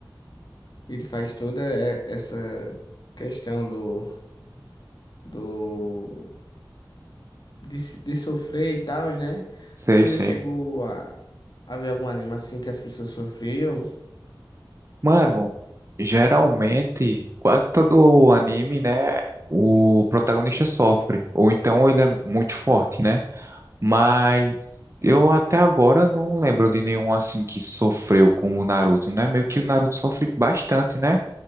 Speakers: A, on the left; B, on the right.
A: ele faz toda é, essa questão do, do de, se- de sofrer e tal, né?
B: sei,
A: Tu
B: sei.
A: já chegou a, a ver algum anime assim que as pessoas sofriam?
B: Mano, geralmente, quase todo anime, né? O protagonista sofre. Ou então ele é muito forte, né? Mas eu até agora não lembro de nenhum assim que sofreu como o Naruto, né? Meio que o Naruto sofre bastante, né?